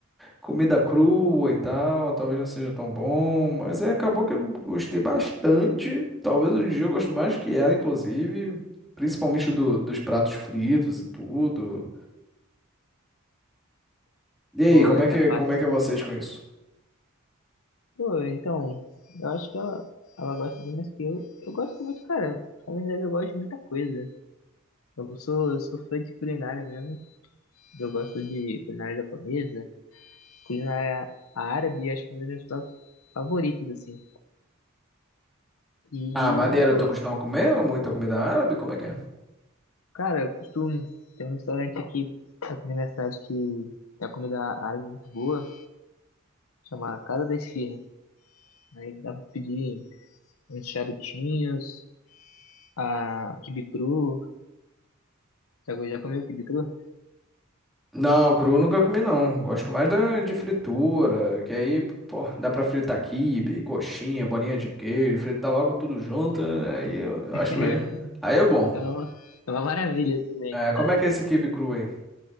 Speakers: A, in the centre; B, on the left.
A: comida crua e tal, talvez não seja tão bom, mas aí acabou que eu gostei bastante. Talvez hoje em dia eu gosto mais que ela, inclusive, principalmente do- dos pratos fritos e tudo. E aí,
B: Pô,
A: como
B: essa
A: é que,
B: parte.
A: como é que é vocês com isso?
B: Pô, então, eu acho que ela, ela gosta de mais que eu. Eu gosto muito, cara. Na verdade, eu gosto de muita coisa. Eu sou, eu sou fã de culinária mesmo. Eu gosto de culinária japonesa, culinária árabe, acho que é uma das minhas pratos favoritas, assim. E,
A: Ah, maneiro,
B: é, pô,
A: tu costuma comer muita comida árabe? Como é que é?
B: cara, eu costumo. Tem um restaurante aqui, aqui na minha cidade que é a comida árabe muito boa, chama Casa da Esfirra. Aí dá pra pedir uns charutinhos, a quibe cru, Já, já comeu quibe cru?
A: Não, cru nunca comi não. Gosto mais da, de fritura, que aí, pô, dá pra fritar quibe, coxinha, bolinha de queijo, fritar logo tudo junto, aí eu
B: <laughs>
A: acho bem. Aí é bom.
B: é, uma, é uma maravilha também,
A: É, como
B: tá?
A: é que é esse quibe cru aí?